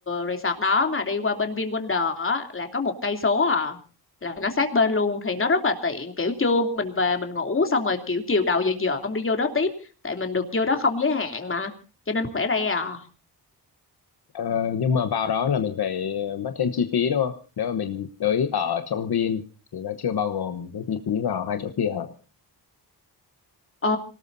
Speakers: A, on the left (about 30°); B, on the left (about 65°).
A: resort đó mà đi qua bên VinWonder á, là có một cây số à. Là nó sát bên luôn thì nó rất là tiện kiểu trưa mình về mình ngủ xong rồi kiểu chiều đầu giờ chiều ông đi vô đó tiếp tại mình được vô đó không giới hạn mà cho nên khỏe re à
B: Ờ, nhưng mà vào đó là mình phải mất thêm chi phí đúng không nếu mà mình tới ở trong Vin thì nó chưa bao gồm cái chi phí vào hai chỗ kia hả
A: Ờ,